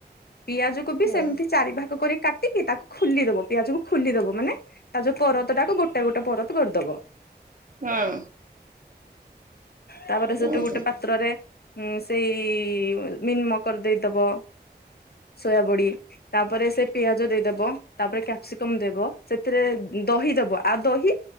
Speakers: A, on the left; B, on the right.
A: ପିଆଜକୁ ବି
B: ହୁଁ
A: ସେମିତି ଚାରି ଭାଗ କରି କାଟିକି ତାକୁ ଖୋଲିଦବ ପିଆଜ କୁ ଖୋଲିଦବ ମାନେ। ତା ଯୋଉ ପରତା ଟାକୁ ଗୋଟେଏ ଗୋଟେଏ ପରତ କରିଦବ।
B: ହୁଁ
A: ତାପରେ
B: ହୁଁ
A: ସେଠୁ ଗୋଟେଏ ପାତ୍ରରେ ହୁଁସେଇ ମନ୍ ମକର ଦେଇଦବ ସୋୟାବଳି ତାପରେ ସେ ପିଆଜ ଦେଇଦବ ତାପରେ କ୍ୟାପସିକମ ଦେବ ସେଥିରେ ଦହି ଦେବ ଆଉ ଦହି